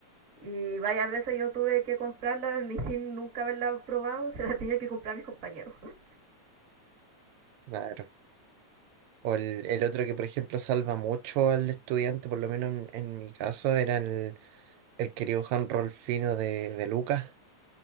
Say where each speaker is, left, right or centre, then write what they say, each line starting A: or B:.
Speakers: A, on the right; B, on the right.
A: Y varias veces yo tuve que comprarlas ni sin nunca haberlas probado, se las tenía que comprar a mis compañeros. <laughs>
B: Claro. O el, el otro que, por ejemplo, salva mucho al estudiante, por lo menos en, en mi caso, era el, el querido Han Rolfino de, de Lucas.